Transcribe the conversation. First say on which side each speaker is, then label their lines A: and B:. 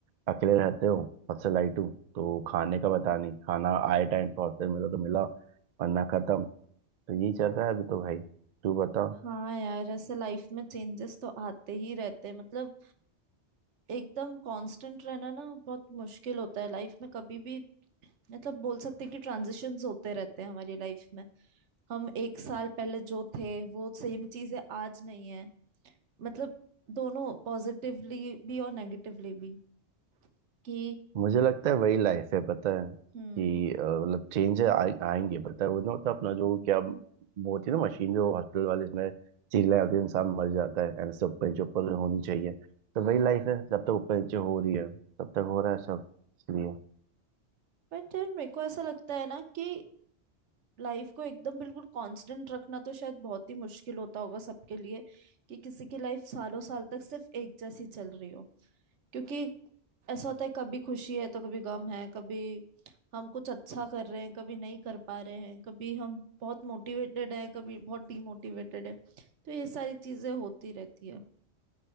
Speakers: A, on the right; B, on the right.
A: अकेले रहते हो हॉस्टल लाइट हो तो खाने का पता नहीं खाना आए टाइम पर हॉस्टल मिला तो मिला वरना खत्म तो यही चल रहा है अभी तो भाई तू बता
B: हाँ यार ऐसे लाइफ में चेंजेस तो आते ही रहते हैं मतलब एकदम कांस्टेंट रहना ना बहुत मुश्किल होता है लाइफ में कभी भी मतलब बोल सकते हैं कि ट्रांजिशंस होते रहते हैं हमारी लाइफ में हम एक साल पहले जो थे वो सेम चीजें आज नहीं है मतलब दोनों पॉजिटिवली भी और नेगेटिवली भी कि
A: मुझे लगता है वही लाइफ है पता है कि
B: हम्म
A: अ, मतलब चेंज आएंगे पता है वो ना होता है अपना जो क्या वो होती है ना मशीन जो हॉस्पिटल वाले इसमें चीज ले आते हैं इंसान मर जाता है ऐसे ऊपर नीचे ऊपर होनी चाहिए तो
B: हाँ,
A: वही लाइफ है जब तक ऊपर नीचे हो रही है तब तक हो रहा है सब इसलिए
B: बट यार मेरे को ऐसा लगता है ना कि लाइफ को एकदम बिल्कुल कांस्टेंट रखना तो शायद बहुत ही मुश्किल होता होगा सबके लिए कि किसी की लाइफ सालों साल तक सिर्फ एक जैसी चल रही हो क्योंकि ऐसा होता है कभी खुशी है तो कभी गम है कभी हम कुछ अच्छा कर रहे हैं कभी नहीं कर पा रहे हैं कभी हम बहुत मोटिवेटेड हैं कभी बहुत डीमोटिवेटेड है तो ये सारी चीजें होती रहती है